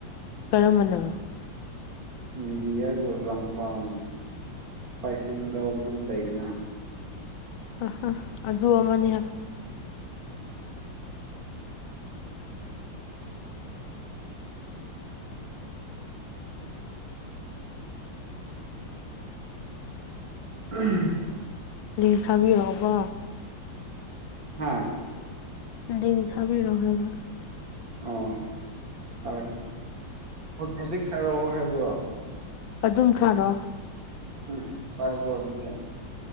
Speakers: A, on the left; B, on the right.
A: ꯀꯔꯝꯕꯅꯣ
B: ꯃꯦꯒꯤ ꯍꯥꯏꯕꯨ ꯔꯝꯄꯥꯝ ꯏꯁꯄꯥꯏꯁꯤ ꯅꯨꯗꯜ ꯑꯗꯨꯝ ꯂꯩꯗꯅ
A: ꯑꯥ ꯍꯥ ꯑꯗꯨ ꯑꯃꯅꯦ
B: <unintelligible>
A: ꯂꯤꯡ ꯊꯥꯕꯤꯔꯛꯎꯀꯣ
B: ꯍꯥꯥ
A: ꯗꯤꯡ ꯊꯥꯕꯤꯔꯛꯑꯣ ꯍꯥꯏꯕ
B: ꯑꯣ ꯊꯥꯔꯛꯀꯦ ꯍꯧ ꯍꯧꯖꯤꯛ ꯊꯥꯔꯛꯑꯣ ꯍꯥꯏꯕ꯭ꯔꯣ
A: ꯑꯗꯨꯝ ꯊꯥꯔꯛꯑꯣ
B: ꯎꯝ ꯄꯥꯏꯌꯣꯀꯣ ꯑꯗꯨꯗꯤ